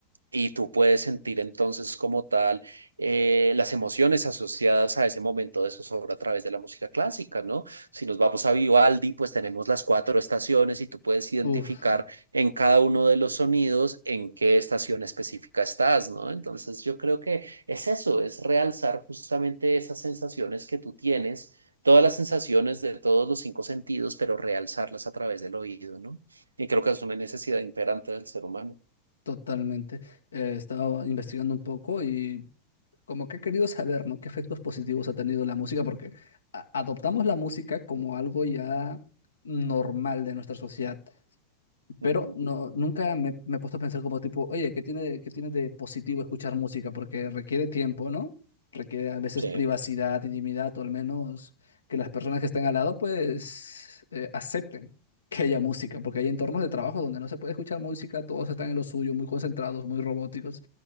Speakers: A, on the right; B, on the left.
A: y tú puedes sentir entonces como tal eh, las emociones asociadas a ese momento de zozobra a través de la música clásica, ¿no? Si nos vamos a Vivaldi, pues tenemos las cuatro estaciones y tú puedes identificar
B: uf,
A: en cada uno de los sonidos en qué estación específica estás, ¿no? Entonces yo creo que es eso, es realzar justamente esas sensaciones que tú tienes, todas las sensaciones de todos los cinco sentidos, pero realzarlas a través del oído, ¿no? Y creo que es una necesidad imperante del ser humano.
B: totalmente. Eh, He estado investigando un poco y como que he querido saber, ¿no? ¿Qué efectos positivos ha tenido la música? Porque a- adoptamos la música como algo ya normal de nuestra sociedad.
A: Ujú,
B: Pero no, nunca me, me he puesto a pensar como tipo, oye, ¿qué tiene de, qué tiene de positivo escuchar música? Porque requiere tiempo, ¿no? Requiere a veces
A: Sí.
B: privacidad, intimidad, o al menos que las personas que estén al lado, pues, eh, acepten que haya música, porque hay entornos de trabajo donde no se puede escuchar música, todos están en lo suyo, muy concentrados, muy robóticos.